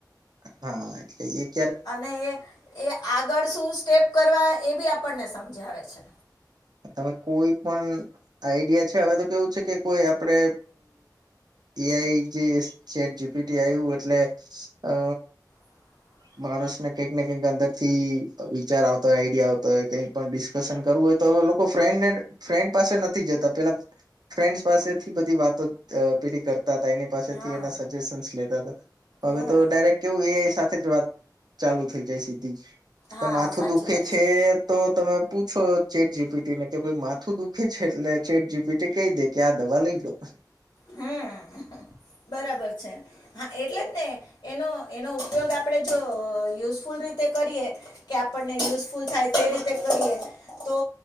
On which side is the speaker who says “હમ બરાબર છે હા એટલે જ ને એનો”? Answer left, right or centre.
Left